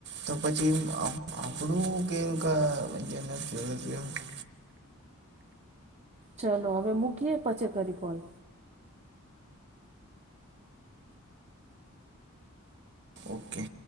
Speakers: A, on the right; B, on the right.
A: તો પછી આપ આપડું કે ગ <unintelligible>
B: ચલો હવે મૂકીએ પછ કરી કોલ.
A: ઓકે.